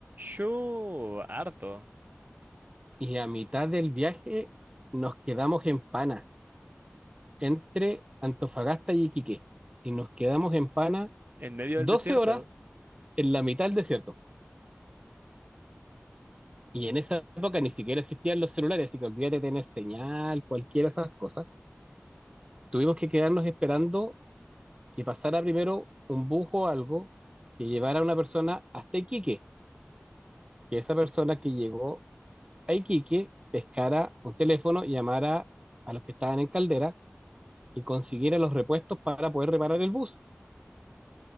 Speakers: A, on the right (about 40°); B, on the right (about 20°).
A: Yo, harto.
B: Y a mitad del viaje nos quedamos en Pana, entre Antofagasta y Iquique. Y nos quedamos en Pana
A: En medio
B: 12
A: del desierto.
B: horas en la mitad del desierto. Y en esa época ni siquiera existían los celulares, así que olvídate de tener señal, cualquiera de esas cosas. Tuvimos que quedarnos esperando que pasara primero un bus o algo que llevara a una persona hasta Iquique, que esa persona que llegó a Iquique, pescara un teléfono y llamara a los que estaban en Caldera y consiguiera los repuestos para poder reparar el bus.